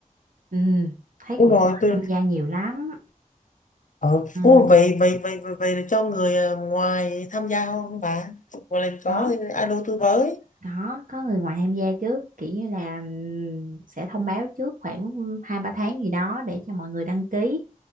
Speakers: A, on the right (about 70°); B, on the left (about 65°).
A: ừ, thấy
B: đúng
A: cũng
B: rồi từ
A: tham gia nhiều lắm
B: ờ
A: ừ,
B: ô, vậy vậy vậy vậy, vậy là cho người à, ngoài tham gia không bà một lần có
A: có
B: thì alo tôi với
A: có có người ngoài tham gia chứ kiểu như là ừ, sẽ thông báo trước khoảng hai ba tháng gì đó để cho mọi người đăng ký